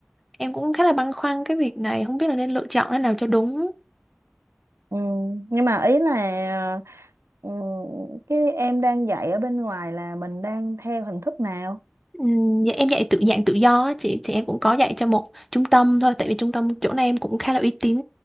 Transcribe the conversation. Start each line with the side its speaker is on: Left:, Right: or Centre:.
Centre: Em cũng khá là băn khoăn cái việc này, không biết là nên lựa chọn thế nào cho đúng.
Right: ừ, nhưng mà ý là ừ, cái em đang dạy ở bên ngoài là mình đang theo hình thức nào
Centre: Ừm, dạ, em dạy tự dạng tự do á chị thì em cũng có dạy cho một trung tâm thôi tại vì trung tâm chỗ này em cũng khá là uy tín